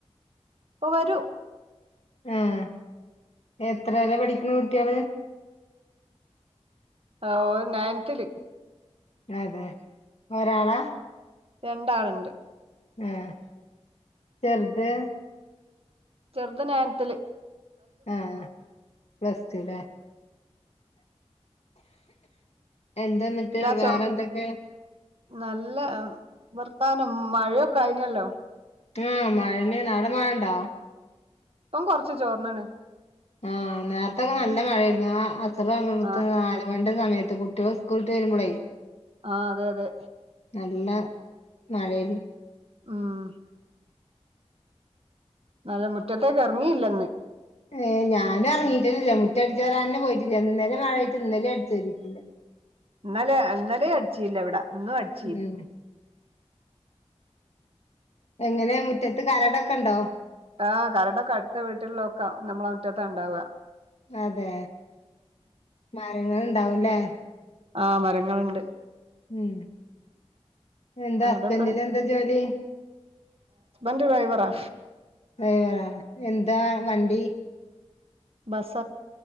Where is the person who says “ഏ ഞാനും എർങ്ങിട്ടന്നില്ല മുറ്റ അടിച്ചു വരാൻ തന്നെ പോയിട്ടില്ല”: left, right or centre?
Left